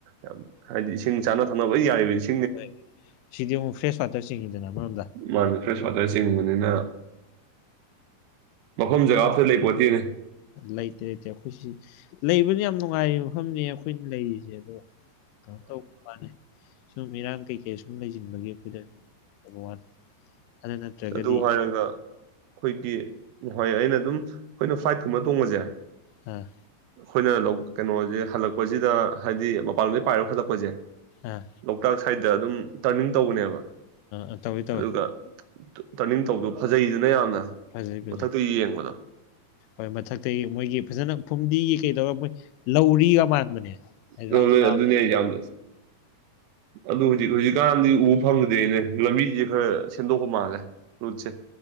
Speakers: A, on the right (about 85°); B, on the left (about 85°).
A: ꯌꯥꯝ ꯍꯥꯏꯗꯤ ꯏꯁꯤꯡ ꯆꯥꯅ ꯊꯛꯅꯕ ꯂꯣꯏ ꯌꯥꯔꯤꯕ ꯏꯁꯤꯡ
B: ꯍꯣꯏ ꯁꯤꯗꯤ ꯑꯃꯨꯛ ꯐ꯭ꯔꯦꯁ ꯋꯥꯇꯔ ꯆꯤꯡꯉꯤꯗꯅ ꯑꯃꯔꯣꯝꯗ
A: ꯃꯥꯅ ꯐ꯭ꯔꯦꯁ ꯋꯥꯇꯔ ꯆꯤꯡꯕꯅꯤꯅ ꯃꯐꯝ ꯖꯒꯥ ꯑꯝꯇ ꯂꯩꯄꯣꯠꯇꯦꯅꯦ
B: ꯂꯩꯇꯦ ꯂꯩꯇꯦ ꯑꯩꯈꯣꯏꯁꯤ ꯂꯩꯕꯗꯤ ꯌꯥꯝ ꯅꯨꯡꯉꯥꯏ ꯃꯐꯝꯅꯦ ꯑꯩꯈꯣꯏꯅ ꯂꯩꯔꯤꯁꯦ ꯑꯗꯣ ꯀꯩꯅꯣ ꯇꯧꯕ ꯃꯥꯅꯦ ꯁꯨꯝ ꯏꯔꯥꯡ ꯀꯩꯀꯩ ꯁꯨꯝ ꯂꯩꯖꯦ ꯑꯗꯨꯨꯝꯕꯒꯤ ꯑꯩꯈꯣꯏꯗ <unintelligible> ꯑꯗꯨ ꯅꯠꯇ꯭ꯔꯒꯗꯤ
A: ꯑꯁ ꯑꯗꯨ ꯍꯥꯏꯔꯒ ꯑꯩꯈꯣꯏꯗꯤ ꯅꯍꯥꯋꯥꯏ ꯑꯩꯅ ꯑꯗꯨꯝ ꯑꯩꯈꯣꯏꯅ ꯐ꯭ꯂꯥꯏꯠ ꯀꯨꯝꯕ ꯇꯣꯡꯕꯁꯦ
B: ꯎꯝ
A: ꯑꯩꯈꯣꯏꯅ ꯂꯣꯛ ꯀꯩꯅꯣꯁꯦ ꯍꯜꯂꯛꯄꯁꯤꯗ ꯍꯥꯏꯗꯤ ꯃꯄꯥꯟꯂꯣꯝꯗꯒꯤ ꯄꯥꯏꯔꯒ ꯍꯜꯂꯛꯄꯁꯦ
B: ꯑꯥ
A: ꯂꯣꯛꯇꯥꯛ ꯁꯥꯏꯗ ꯑꯗꯨꯝ ꯇꯔꯅꯤꯡ ꯇꯧꯕꯅꯦꯕ
B: ꯑ ꯇꯧꯋꯦ ꯇꯧꯋꯦ
A: ꯑꯗꯨꯒ ꯇꯔꯅꯤꯡ ꯇꯧꯕꯗꯣ ꯐꯖꯩꯗꯅ ꯌꯥꯝꯅ
B: ꯐꯖꯩ ꯐꯖꯩ
A: ꯃꯊꯛꯇꯩ ꯌꯦꯡꯕꯗꯣ
B: ꯍꯣꯏ ꯃꯊꯛꯇꯒꯤ ꯃꯣꯏꯒꯤ ꯐꯖꯅ ꯐꯨꯝꯗꯤꯒꯤ ꯀꯩꯗꯧꯔꯒ ꯃꯣꯏ ꯂꯧꯔꯤꯒ ꯃꯥꯟꯕꯅꯦ
A: ꯂꯣꯏ
B: ꯔꯥꯎꯟ
A: ꯂꯣꯏ
B: ꯔꯥꯎꯟꯅꯦ
A: ꯑꯗꯨꯅꯤ ꯌꯥꯝ ꯑꯗꯨꯕꯨꯗꯤ ꯍꯧꯖꯤꯛꯀꯥꯟ ꯍꯧꯖꯤꯛꯀꯥꯟ ꯎꯕ ꯐꯪꯗꯦꯅꯦ ꯂꯝꯕꯤꯁꯦ ꯈꯥꯔ ꯁꯦꯝꯗꯣꯛꯄ ꯃꯥꯜꯂꯦ ꯔꯨꯠꯁꯦ